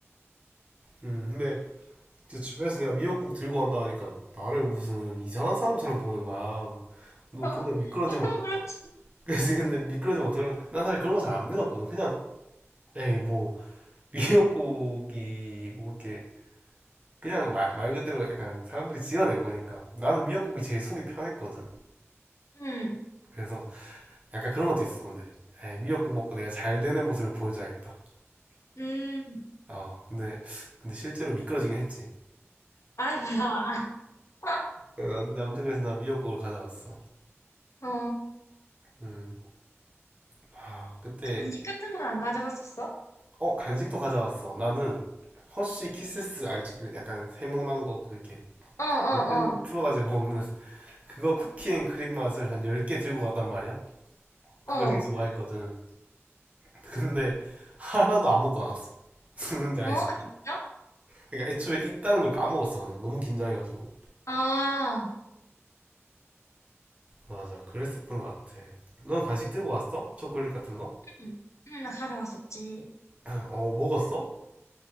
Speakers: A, on the right (about 30°); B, on the left (about 80°).
A: 음 근데 이제 주변에서 내가 미역국 들고 간다 하니까 나를 무슨 이상한 사람처럼 보는 거야. 막, 너
B: <laughs>
A: 그러다 미끄러지면
B: 보통 그렇지.
A: 어- <laughs> 그래서 근데 미끄러지면 어떡하나 난 사실 그런 거 잘 안 믿었거든. 그냥 에이 뭐 미역국이 뭐 이렇게 그냥 말, 말 그대로 약간 사람들이 지어낸 거니까 나는 미역국이 제일 속이 편했거든.
B: 응.
A: 그래서 약간 그런 것도 있어 근데 에이, 미역국 먹고 내가 잘 되는 모습을 보여줘야겠다.
B: 응
A: 어 근데 근데 실제로 미끄러지긴 했지.
B: 아이, 뭐야. <laughs>
A: 어, 아무튼 아무튼 그래서 난 미역국을 가져왔어.
B: 어.
A: 음. 아 그때
B: 간식 같은 건 안 가져갔었어?
A: 어 간식도 가져왔어. 나는 허쉬 키세스 알지? 그 약간 세모난 거 그게
B: 어, 어,
A: 뼈 풀어가지고 먹는 <laughs> 그거 쿠키앤 크림 맛을 한 10개 들고 갔단 말이야.
B: 어.
A: 그걸
B: 어.
A: 되게 좋아했거든. 근데 하나도 안 먹고 나왔어. <laughs> 수능장에서.
B: 어, 진짜?
A: 그러니까 애초에 있다는 걸 까먹었어 그냥. 너무 긴장해가지고.
B: 아.
A: 맞아. 그랬었던 것 같아. 넌 간식 들고 왔어? 초콜릿 같은 거?
B: 응, 응, 나 가져갔었지.
A: 어, 먹었어?